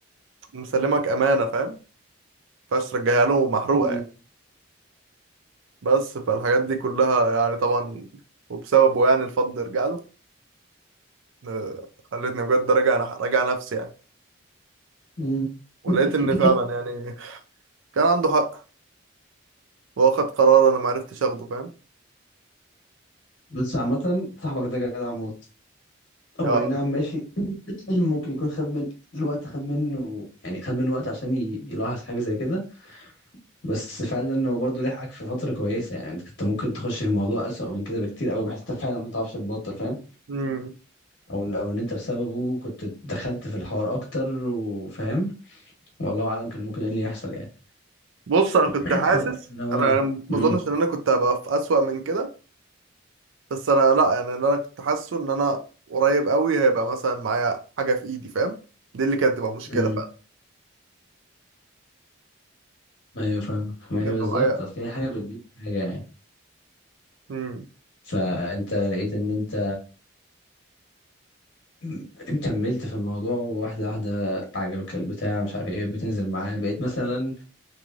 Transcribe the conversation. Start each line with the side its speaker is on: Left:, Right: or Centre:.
Right: مسلمك امانه فاهم مينفعش ترجعها له محروقه
Left: امم
Right: يعني. بس فالحاجات دي كلها يعني طبعا وبسببه يعني الفضل يرجع له آه، خلتني بجد راجع راجع نفسي يعني
Left: امم
Right: ولقيت
Left: <coughs>
Right: ان فعلا يعني كان عنده حق واخد قرار انا ما عرفتش اخده فاهم
Left: بس عامة صاحبك ده جدع موت
Right: آه،
Left: هو اي نعم ماشي <coughs> <clears throat> ممكن يكون خد من الوقت خد منه يعني خد منه وقت عشان ي- يلاحظ حاجة زي كده بس فعلا هو برضه لحقك في فترة كويسة يعني انت كنت ممكن تخش في موضوع أسوأ من كده بكتير قوي بحيث انت فعلا ما تعرفش تبطل فاهم
Right: امم
Left: او إن- او ان انت بسببه كنت دخلت في الحوار اكتر وفاهم والله اعلم كان ممكن ايه اللي يحصل يعني
Right: بص انا
Left: <clears throat>
Right: كنت حاسس
Left: فكويس ان هو
Right: انا أنا ما
Left: امم
Right: اظنش ان انا كنت هبقى في اسوأ من كده بس انا لا يعني اللي انا كنت حاسه ان انا قريب قوي هيبقى مثلا معايا حاجه في ايدي فاهم دي اللي كانت تبقى مشكله
Left: امم
Right: فعلا
Left: ايوه فاهمك ما
Right: إن
Left: هي
Right: يبقى
Left: بالظبط
Right: معايا
Left: اصل هي حاجة بتجيب حاجة يعني
Right: امم
Left: فانت لقيت ان انت م- كملت في الموضوع واحدة واحدة عجبك البتاع مش عارف ايه بتنزل معاه بقيت مثلا